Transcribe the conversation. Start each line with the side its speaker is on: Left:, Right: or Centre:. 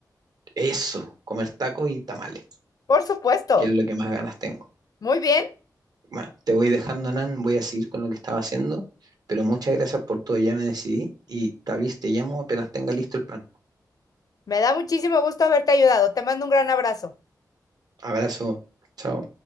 Right: Eso, comer tacos y tamales,
Left: Por supuesto.
Right: que es lo que más ganas tengo.
Left: Muy bien.
Right: Bueno, te voy dejando, Nan, voy a seguir con lo que estaba haciendo, pero muchas gracias por todo, ya me decidí y Tavis, te llamo apenas tenga listo el plan.
Left: Me da muchísimo gusto haberte ayudado. Te mando un gran abrazo.
Right: Abrazo, chao.